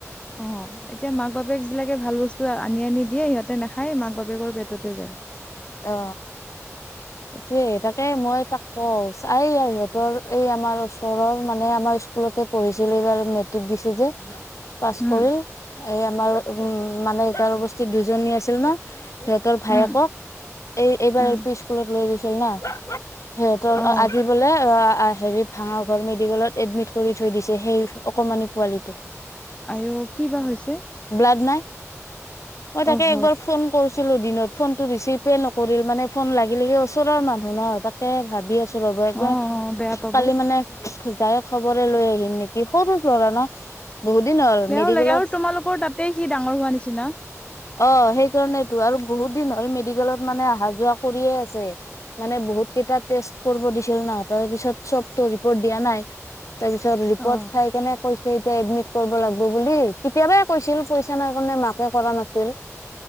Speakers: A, on the left; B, on the left.
A: অ এতিয়া মাক বাপেক বিলাকে ভাল বস্তু আনি আনি দিয়ে সিহত -তে নাখায় মাক বাপেকৰ পেটতে যায়।
B: অ এইটোয়ে তাকে মই তাক কওঁ সিহঁতৰ এই আমাৰ ওচৰৰ মানে আমাৰ স্কুলতে পঢ়িছিল এইবাৰ মেট্ৰিক দিছে যে। পাছ
A: উম
B: কৰিল এই আমাৰ উম মানে ই গাৰো বস্তিত দুজনী আছিল ন! সিহঁতৰ ভায়েকক
A: উম
B: এই এইবাৰ
A: উম
B: এল পি স্কুলত লৈ গৈছিল না। সিহঁতৰ
A: অ
B: আজি বোলে অহ হেৰি ভাঙাগড় মেডিকেলত এডমিট। কৰি থৈ দিছে সেই অকমানি পোৱালিটোক
A: আঐ কি বা হৈছে
B: ব্লাড নাই। মই তাকে
A: অহ
B: একবাৰ ফোন কৰিছিলোঁ দিনত ফোন টো ৰিচিভ পে নকৰিল মানে ফোন লাগ। গেলিগৈ ওচৰৰ মানুহ ন তাকে ভাবি আছো ৰব একবাৰ
A: অ অ বেয়া পাব
B: কালি মানে। যাই খবৰে লৈ আহিম নেকি সৰু ল'ৰা ন। বহুত দিন হ'ল
A: বেয়াও
B: মেডিকেলত
A: লাগে আৰু তোমালোকৰ তাতেই সি ডাঙৰ হোৱা নিচিনা।
B: অহ সেইকাৰণেটো আৰু বহুত দিন হ'ল মেডিকেলত মানে অহা যোৱা কৰিয়ে আ। ছে মানে বহুত কেইটা টেষ্ট কৰিব দিছিল ন তাৰ পিছত চবতো ৰিপৰ্ট দিয়া নাই। তাৰপিছত ৰিপৰ্ট
A: অ
B: চাই কেনে কৈ। এতিয়া এডমিট কৰিব লাগব বুলি কেতিয়াবাই কৈছিল পইচা নাই কাৰণে মাকে কৰা নাছিল।